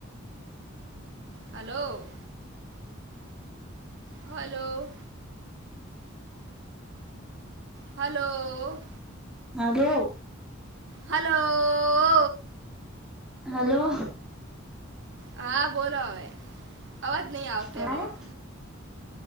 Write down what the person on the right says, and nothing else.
Hello. Hello. Hello.
Hello.
હા બોલો હવે અવાજ નહી આવતો
એમાં.